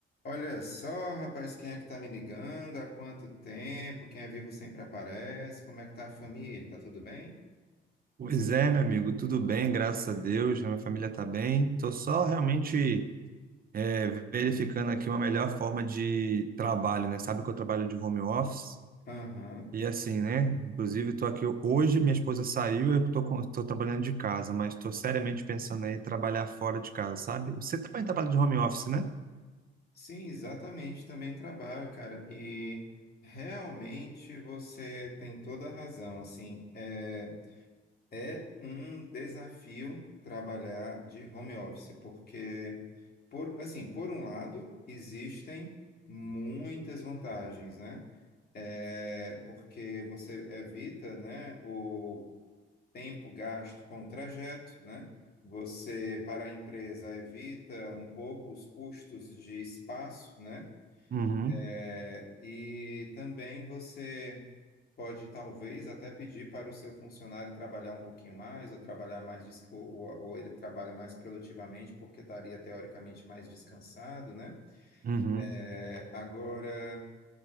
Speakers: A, on the left; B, on the right.
A: Olha só, rapaz, quem é que tá me ligando? Há quanto tempo? Quem é vivo sempre aparece. Como é que tá a família? Tá tudo bem?
B: Pois é, meu amigo, tudo bem, graças a Deus, a minha família está bem. Estou só realmente é, verificando aqui uma melhor forma de trabalho, né? Sabe que eu trabalho de home office
A: Aham.
B: e assim, né? Inclusive, estou aqui hoje, minha esposa saiu, eu estou trabalhando de casa, mas estou seriamente pensando aí em trabalhar fora de casa, sabe? Você também trabalha de home office, né?
A: Sim, exatamente. Também trabalho, cara. E realmente você tem toda a razão. Assim, é. É um desafio trabalhar de home office, porque, por, assim, por um lado, existem muitas vantagens, né? É, porque você evita, né, o tempo gasto com o trajeto, né? Você, para a empresa, evita um pouco os custos de espaço, né?
B: Uhum,
A: É, e também você pode, talvez, até pedir para o seu funcionário trabalhar um pouquinho mais, ou trabalhar mais, des- ou, ou- ou ele trabalha mais produtivamente, porque estaria teoricamente mais descansado, né?
B: uhum,
A: É, agora.